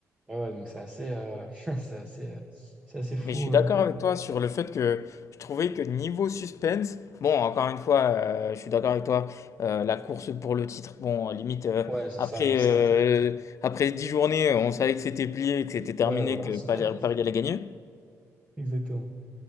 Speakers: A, on the right; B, on the left.
A: Ouais, ouais, donc c'est assez, euh, <laughs> c'est assez, euh, c'est assez fou.
B: Mais je suis
A: euh.
B: d'accord avec toi sur le fait que je trouvais que niveau suspense, bon, encore une fois, euh, je suis d'accord avec toi, euh, la course pour le titre, bon, limite, euh,
A: Ouais, c'est
B: après,
A: ça. c'est-
B: euh, après 10 journées, on savait que c'était plié, que c'était terminé,
A: Ouais, voilà.
B: que
A: <laughs>
B: Paris Paris allait gagner.
A: Exactement.